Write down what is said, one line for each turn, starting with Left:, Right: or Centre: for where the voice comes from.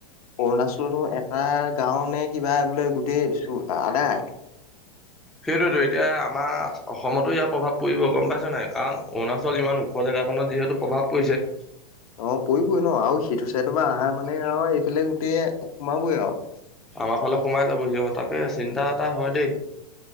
Left: অৰুণাচলত হ এটা গাঁও নে কিবা বোলে গোটেই আদায়।
Centre: সেইটোৱেতো এতিয়া আমা অসমতো ইয়াৰ প্ৰভাৱ পৰিব গম পাইছা নাই? কাৰণ অৰুণাচল যিমান ও- খ জেগাকণত যিহেতু প্ৰভাৱ পৰিছে।
Left: অঁ' পৰিবই ন আৰু, সেইটো চাইডৰ পা আহা মানে আও এইফালে গোটেই সোমাবই আও।
Centre: আমা ফালে সোমাই যাব সি অঁ' তাকে চিন্তা এটা হয় দেই।